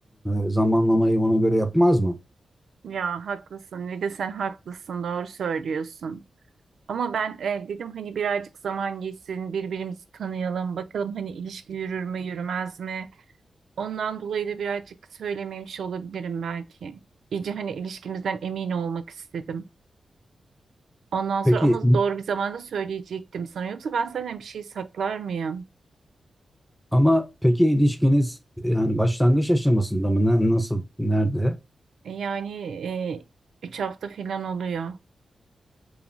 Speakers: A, in the centre; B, on the right.
A: e, zamanlamayı ona göre yapmaz mı?
B: Ya haklısın. Bir de sen haklısın. Doğru söylüyorsun. Ama ben e, dedim hani birazcık zaman geçsin, birbirimizi tanıyalım, bakalım hani ilişki yürür mü, yürümez mi? Ondan dolayı da birazcık söylememiş olabilirim belki. İyice hani ilişkimizden emin olmak istedim. Ondan sonra
A: Peki
B: ama doğru bir zamanda söyleyecektim sana. Yoksa ben senden bir şey saklar mıyım?
A: Ama peki ilişkiniz yani başlangıç aşamasında mı? Ne- Nasıl? Nerede?
B: E, Yani e, üç hafta falan oluyor.